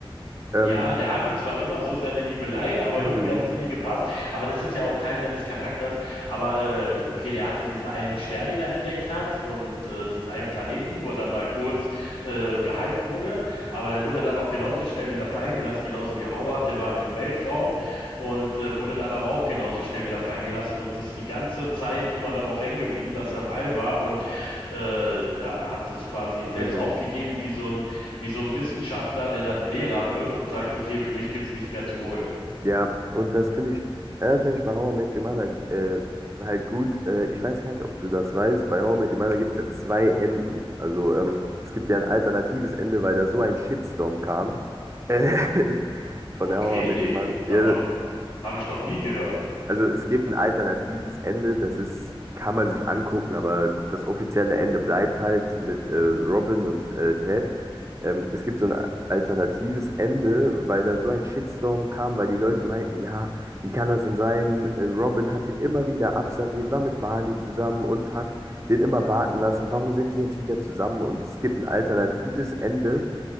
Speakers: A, on the right; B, on the left.
A: Ähm,
B: Ja, der hatte zwar immer so seine Liebeleien, aber
A: mhm,
B: irgendwie hat es nie gepasst. Aber das ist ja auch Teil seines Charakters. Aber äh, okay, der hatte diesen einen Stern, den er entdeckt hat und äh, diesen einen Planeten, wo er dann mal kurz äh, gehypt wurde. Aber der wurde dann auch genauso schnell wieder fallen gelassen, genauso wie Howard. Der war im Weltraum und äh, wurde dann aber auch genauso schnell wieder fallen gelassen und ist die ganze Zeit immer darauf hängen geblieben, dass er im All war und äh, ja, hat sich quasi selbst
A: mhm. mhm.
B: aufgegeben wie so ein wie so ein Wissenschaftler, der dann Lehrer wird und sagt, okay, für mich gibt's nichts mehr zu holen.
A: Ja, und das finde ich, äh, das finde ich bei How I Met Your Mother äh, halt gut. Äh, ich weiß gar nicht, ob du das weißt. Bei How I Met Your Mother gibt es ja zwei Enden. Also ähm, es gibt ja ein alternatives Ende, weil da so ein Shitstorm kam. Äh, <laughs> von
B: Okay,
A: der How I Met
B: nee,
A: Your Mother. Ja,
B: davon habe ich noch nie gehört.
A: also es gibt ein alternatives Ende, das ist, kann man sich angucken, aber das offizielle Ende bleibt halt mit äh, Robin und äh, Ted. Ähm, es gibt so ein alternatives Ende, weil da so ein Shitstorm kam, weil die Leute meinten, ja, wie kann das denn sein? Äh, Robin hat den immer wieder abserviert, war mit Barney zusammen und hat den immer warten lassen. Warum sind die jetzt wieder zusammen? Und es gibt ein alternatives Ende,